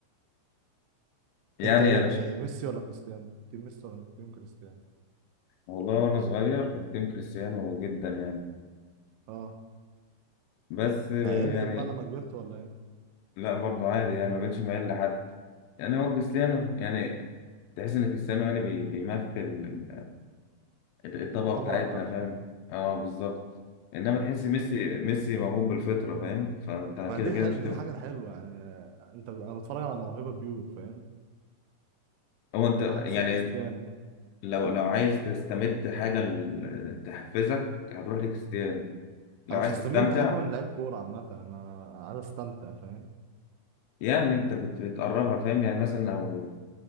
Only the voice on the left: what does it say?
يعني
انا
ش...
والله وانا صغير كنت تيم كريستيانو جدا يعني
بس
يعني
لا برضه عادي يعني ما بقتش مايل لحد يعني هو كريستيانو يعني تحس ان كريستيانو يعني بي- بيمثل ال- الطبقه
بتاعتنا
فاهم اه بالظبط انما تحس ميسي ميسي موهوب بالفطره فاهم فانت
كده
كده مش هتبقى
هو انت
يعني
لو لو عايز تستمد حاجه ل- تحفزك هتروح لكريستيانو لو
عايز
تستمتع
يعني انت بت- بتقربها فاهم يعني مثلا لو